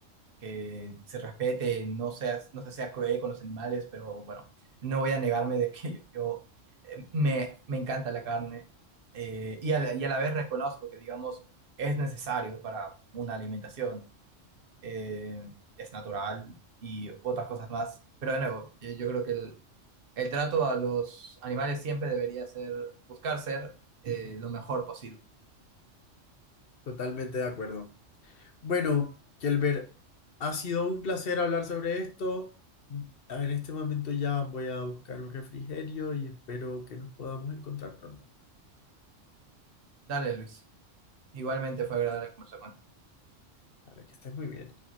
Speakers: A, on the right; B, on the left.
A: que se respete, no seas, no se sea cruel con los animales, pero bueno, no voy a negarme de que <laughs> yo, yo, eh, me, me encanta la carne eh, y, a la, y a la vez reconozco que, digamos, es necesario para una alimentación, eh, es natural y otras cosas más, pero de nuevo, yo, yo creo que el, el trato a los animales siempre debería ser buscar ser eh, lo mejor posible.
B: totalmente de acuerdo. Bueno, Kelber, ha sido un placer hablar sobre esto. En este momento ya voy a buscar un refrigerio y espero que nos podamos encontrar pronto.
A: Dale, Luis. Igualmente fue agradable conversar contigo.
B: Vale, que estés muy bien.